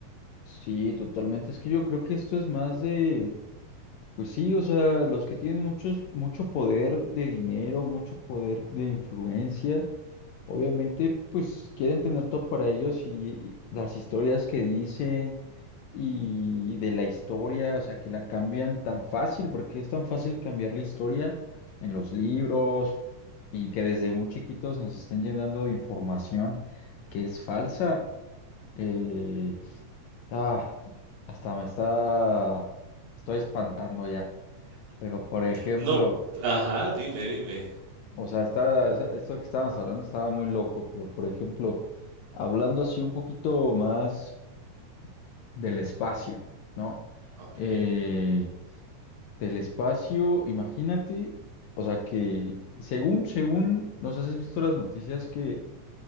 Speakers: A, on the left; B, on the right.
A: sí, totalmente. Es que yo creo que esto es más de Pues sí, o sea, los que tienen muchos, mucho poder de dinero, mucho poder de influencia, obviamente pues quieren tener todo para ellos y las historias que dicen y de la historia, o sea, que la cambian tan fácil, porque es tan fácil cambiar la historia en los libros y que desde muy chiquitos nos estén llenando de información que es falsa. Eh, ah, hasta me está, estoy espantando ya. Pero, por ejemplo,
B: No, ajá, dime, dime.
A: o sea, está, esa- esto que estábamos hablando estaba muy loco, pero, por ejemplo, hablando así un poquito más del espacio, ¿no?
B: Ok,
A: Eh, del espacio, imagínate, o sea, que según, según, no sé si has visto las noticias que,